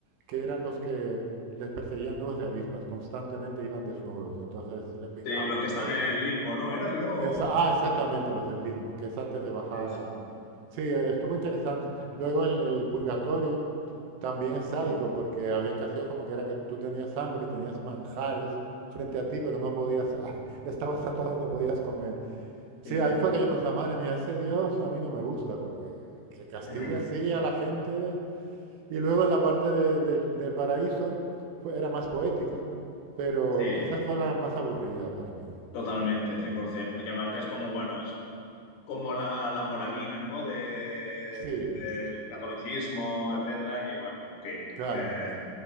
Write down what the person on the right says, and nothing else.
que eran los que les perseguían nubes de avispas, constantemente iban desnudos, entonces le picaban
por
todo.
el-
Esa-
ah, exactamente, los del limbo, que es antes de bajar
a... Sí, eh, estuvo interesante. Luego el, el purgatorio también es sádico,
porque habían caseos como que era que tú tenías hambre y tenías manjares frente a ti, pero no podías, <laughs> estabas atado y no podías comer. Sí,
ahí fue
que yo pensaba, madre mía, ese Dios a mí no me gusta, porque que castiga
así a la gente. Y luego en la parte de- del, del paraíso fue- era más poética, pero
quizás fue la más aburrida para mí,
esa parte.
Sí,
claro,